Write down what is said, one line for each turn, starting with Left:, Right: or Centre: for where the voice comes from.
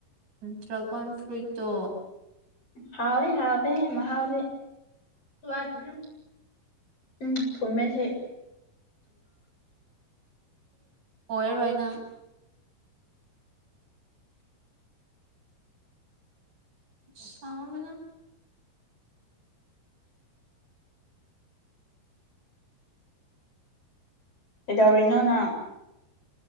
Right: ꯗ꯭ꯔꯒꯣꯟ ꯐ꯭ꯨꯔꯤꯇꯣ
Left: ꯍꯥꯎꯗꯦ ꯍꯥꯎꯗꯦ ꯍꯥꯎꯗꯦ ꯎꯝ ꯊꯃꯦꯁꯤ
Right: ꯑꯣꯏꯔꯣꯏꯅ ꯁꯥꯡꯕꯂ
Left: ꯑꯦꯗꯣꯔꯤ ꯏꯅꯣꯅ